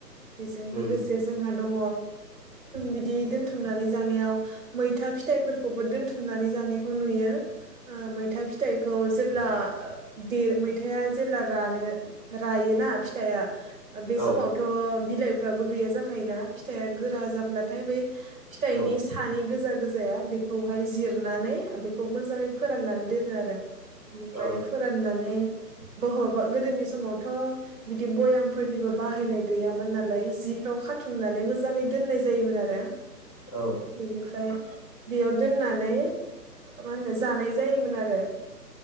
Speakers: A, on the right; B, on the left.
A: बेजों
B: उम
A: लोगोसे जोंहा दङ बिदि दोनथुमनानै जानायाव मैथा फिथाइफोरखौबो दोनथुमनानै जानायखौ नुयो। मैथा फिथाइखौ जेब्ला दे मैथाया जेब्ला रा रायोना फिथाइआ बे
B: औ
A: समाव थ' बिलाइफ्राबो गैया जाखायोना फिथाइआ गोरा जाब्लाथाय बै फिथाइनि
B: औ
A: सानै गोजा गोजाया बेखौहाय जिरनानै बेखौ मोजाङै फोराननानै दोनो आरो। बेनिफ्राय
B: औ
A: फोराननानै बहबा गोदोनि समावथ' बिदि भयामफोरनिबो बाहायनाय गैयामोन नालाय जिफ्राव खाथुमनानै मोजाङै दोननाय जायोमोन आरो।
B: औ
A: बेनिफ्राय बेयाव दोननानै मा होनो जानाय जायोमोन आरो।